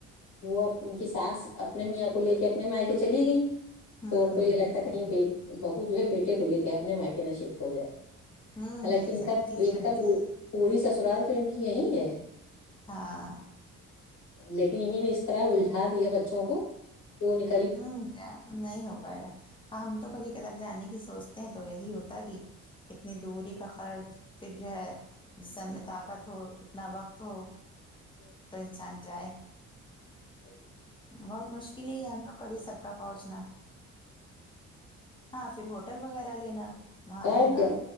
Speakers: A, on the left; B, on the left.
A: وہ ان کی ساس اپنے میاں کو لے کے اپنے مائکے چلی گئیں
B: ہوں
A: تو ان کو یہ لگتا
B: ہوں
A: ہے کہیں بہو جو ہے بیٹے کو لے کے اپنے مائیکے نہ شفٹ ہو جائے
B: ہوں
A: حالانکہ
B: یہی
A: ان
B: سب
A: کا
B: تو چیزیں
A: ان کا
B: رہتی
A: پ
B: ہیں
A: پوری سسرال تو ان کی یہی ہے
B: ہاں
A: لیکن انہںی نے اس طرح الجھا دیا بچوں کو کہ انے
B: ہوں کیا نہیں ہو پائے گا ہم تو کبھی کبار جانے کی سوچ تے ہیں تو یہی ہوتا کہ اتنی دوری کا خرچ پھر جو ہے جسم میں طاقت ہو اتنا وقت ہو تو انسان جائے
A: لی <unintelligible>
B: بہت مشکل ہی یہ ہم لوگ کا بھی سب کا پہنچنا ہاں فر ہوٹل وغیرہ لینا وہاں رہنا
A: اور کیا